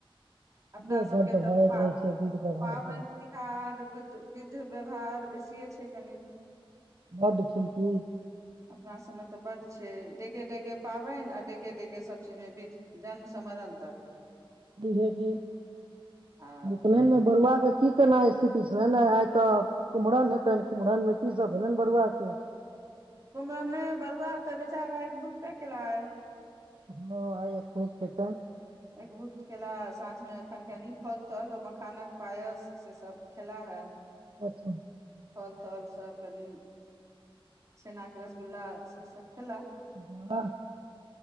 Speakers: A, on the right (about 35°); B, on the right (about 60°).
A: अपना
B: ए
A: सबके
B: बड्ड
A: तऽ
B: होइत
A: पा
B: रहै छै विध व्यवहार
A: पाबनि
B: सब
A: तिहार विध विध विध व्यवहार बेसिए छै कनि
B: बड्ड खेल कि
A: अपना सभमे तऽ बड्ड छै डेगे डेगे पाबैन आ डेगे डेगे सभचीजमे विध जन्म सँ मरण तक
B: ई है कि
A: आ
B: उपनैन मे बरुआ के की केना स्थिति छलनि ये आइ तऽ कुम्हरन हेतनि कुम्हरन मे की सब भेलनि बरुआ के
A: कुम्हरन नहि बरुआ तऽ बेचारा भुकताे केला आय <unintelligible>
B: हँ आइ अखरौत हेतनि
A: एक भुक कयेला साँझमे एखन कनि फल तल ओ मखानक पायस सेसभ खेला हे
B: अच्छा
A: फल तल सब कनी छेना के रसगुल्ला से सब खैला
B: वाह